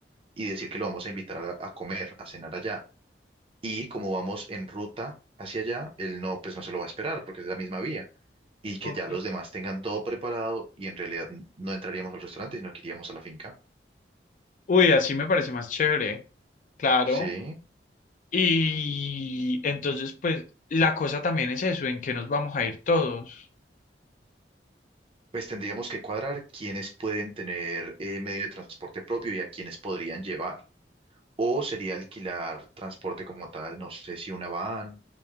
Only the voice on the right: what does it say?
y decir que lo vamos a invitar a, a comer, a cenar allá. Y como vamos en ruta hacia allá, él no, pues no se lo va a esperar porque es la misma vía. Y que
ya los demás tengan todo preparado y en realidad no entraríamos al restaurante, sino que iríamos a la finca.
Sí.
Pues tendríamos que cuadrar quiénes pueden tener eh, medio de transporte propio y a quiénes podrían llevar. O sería alquilar transporte como tal, no sé si una van